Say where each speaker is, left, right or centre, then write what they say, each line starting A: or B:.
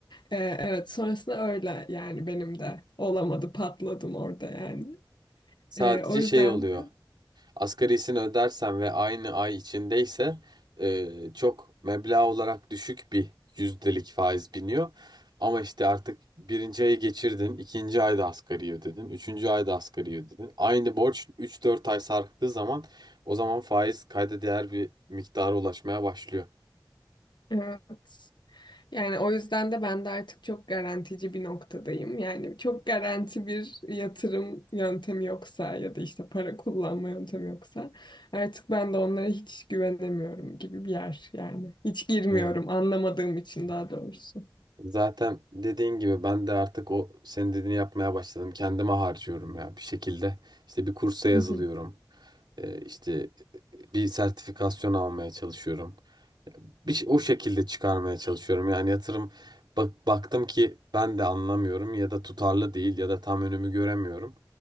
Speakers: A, on the left; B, on the right.
A: Ee, evet sonrasında öyle yani benim de olamadı patladım orada yani.
B: Sadece
A: Ee, o yüzden
B: şey oluyor.
A: de
B: Asgarisini ödersen ve aynı ay içindeyse e, çok meblağ olarak düşük bir yüzdelik faiz biniyor. Ama işte artık birinci ayı geçirdin, ikinci ayda asgari ödedin, üçüncü ayda asgari ödedin. Aynı borç üç dört ay sarktığı zaman o zaman faiz kayda değer bir miktara ulaşmaya başlıyor.
A: <laughs> evet. Yani o yüzden de ben de artık çok garantici bir noktadayım. Yani çok garanti bir yatırım yöntemi yoksa ya da işte para kullanma yöntemi yoksa artık ben de onlara hiç güvenemiyorum gibi bir yer yani. Hiç girmiyorum
B: Evet.
A: anlamadığım için daha doğrusu.
B: Zaten dediğin gibi ben de artık o senin dediğini yapmaya başladım. Kendime harcıyorum ya bir şekilde. İşte bir kursa yazılıyorum.
A: <laughs>
B: E, işte bir sertifikasyon almaya çalışıyorum. Bir şey- o şekilde çıkarmaya çalışıyorum. Yani yatırım bak, baktım ki ben de anlamıyorum ya da tutarlı değil ya da tam önümü göremiyorum.